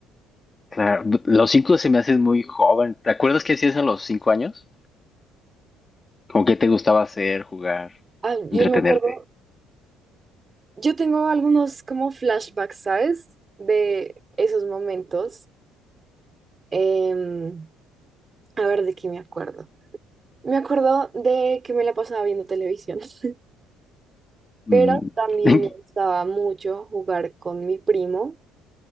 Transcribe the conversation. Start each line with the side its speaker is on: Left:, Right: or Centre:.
Left: claro. Los 5 se me hacen muy joven. ¿Te acuerdas qué hacías a los 5 años? ¿Cómo qué te gustaba hacer, jugar,
Right: Ah, yo
Left: entretenerte?
Right: me acuerdo, yo tengo algunos como flashbacks, ¿sabes? De esos momentos. Em, a ver, ¿de qué me acuerdo? Me acuerdo de que me la pasaba viendo televisión, <laughs> pero
Left: Mm.
Right: también
Left: <laughs>
Right: me gustaba mucho jugar con mi primo.